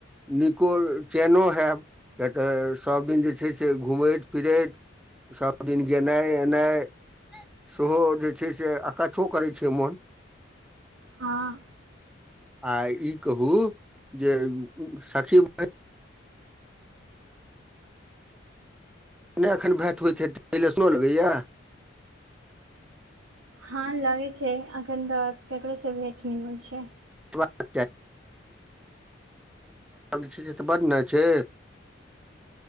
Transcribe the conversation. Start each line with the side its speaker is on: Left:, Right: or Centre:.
Centre: निको चेनो हैब किएक तऽ सबदिन जे छैय से घूमैत फिरैत सब दिन गनाय एना सेहो जे छै से आकाछो करै छै मोन
Right: हँ
Centre: आ ई कहू जे सखी बहिन नहि एखन भायइत होइत हे तऽ कहिलसनो लगैया
Right: हँ लगैत छै अखन तऽ केकरोसँ भेट नहि होइत छै।
Centre: <unintelligible> से तऽ बड्ड ने छै।